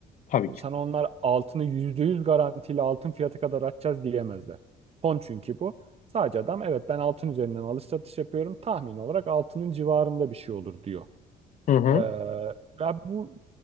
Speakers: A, on the left (about 50°); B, on the right (about 35°).
A: Tabii ki.
B: Sana onlar altını %100 garantiyle altın fiyatı kadar atacağız diyemezler. Fon çünkü bu. Sadece adam evet ben altın üzerinden alış satış yapıyorum. Tahmin olarak altının civarında bir şey olur diyor.
A: Hı hı.
B: Ee, ya bu,